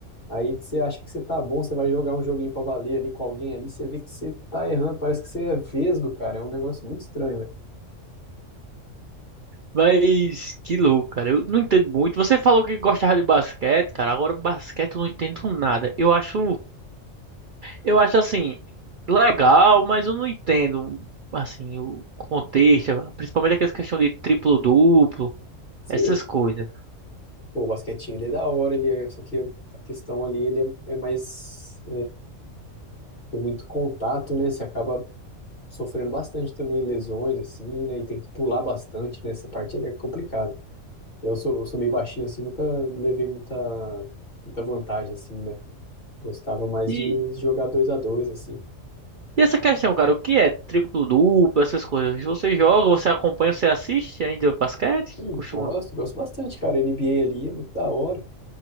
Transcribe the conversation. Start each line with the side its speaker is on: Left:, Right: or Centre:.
Left: Aí você acha que você tá bom, você vai jogar um joguinho pra valer ali com alguém ali, você vê que você tá errando, parece que você é vesgo, cara. É um negócio muito estranho, velho.
Right: Mas que louco, cara. Eu não entendo muito. Você falou que gostava de basquete, cara. Agora basquete eu não entendo nada. Eu acho, eu acho assim, legal, mas eu não entendo assim o contexto, principalmente aquela questão de triplo-duplo,
Left: Sim,
Right: essas coisas.
Left: pô, o basquetinho ele é da hora, ele é, só que a questão ali ele é, é mais tem muito contato, né? Você acaba sofrendo bastante também lesões, assim, né? E tem que pular bastante, nessa Essa parte é até complicada. Eu sou, eu sou meio baixinho, assim, nunca levei muita, muita vantagem, assim, né? Gostava mais
Right: E,
Left: de jogar dois a dois, assim.
Right: e essa questão, cara, o que é triplo-duplo, essas coisas? Você joga, você acompanha, você assiste ainda o basquete?
Left: Sim,
Right: Costuma
Left: gosto, gosto bastante, cara. NBA ali é muito da hora.